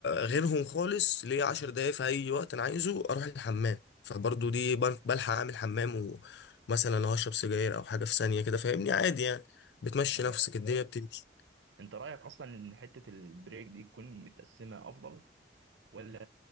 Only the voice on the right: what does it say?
ايوه
انت رايك اصلا ان حته البريك دي تكون متقسمه افضل ولا